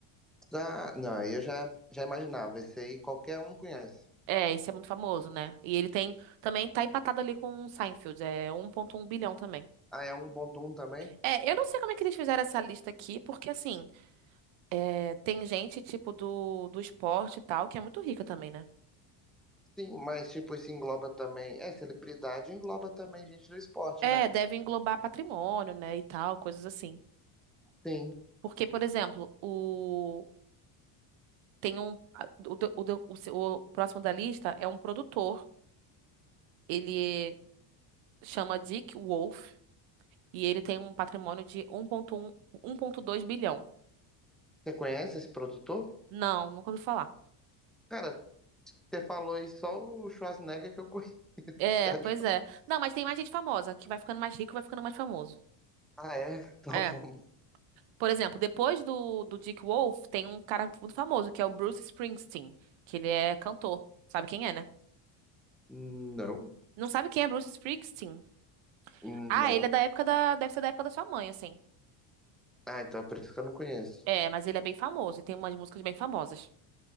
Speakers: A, in the centre; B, on the right.
A: Ah, não, eu já, já imaginava, esse aí qualquer um conhece.
B: É, esse é muito famoso, né? E ele tem, também tá empatado ali com o Seinfeld, é um ponto um bilhão também.
A: Ah, é um Bontum também?
B: É, eu não sei como é que eles fizeram essa lista aqui, porque assim, é, tem gente tipo do, do esporte e tal, que é muito rica também, né?
A: Sim, mas tipo, isso engloba também. É, celebridade engloba também gente do esporte,
B: É,
A: né?
B: deve englobar patrimônio, né, e tal, coisas assim.
A: Sim.
B: Porque, por exemplo, o tem um o, do- o, do- o, se- o próximo da lista é um produtor. Ele chama Dick Wolf e ele tem um patrimônio de 1.1, 1.2 bilhão.
A: Você conhece esse produtor?
B: Não, nunca ouvi falar.
A: Cara, você falou aí só o Schwarzenegger que eu conheço.
B: É,
A: <laughs>
B: pois é. Não, mas tem mais gente famosa que vai ficando mais rico, vai ficando mais famoso.
A: Ah, é? Então
B: É.
A: vamos.
B: Por exemplo, depois do, do Dick Wolf, tem um cara muito famoso que é o Bruce Springsteen, que ele é cantor. Sabe quem é, né?
A: Não,
B: Não sabe quem é Bruce Springsteen?
A: não.
B: Ah, ele é da época da, deve ser da época da sua mãe, assim.
A: Ah, então é por isso que eu não conheço.
B: É, mas ele é bem famoso e tem umas músicas bem famosas.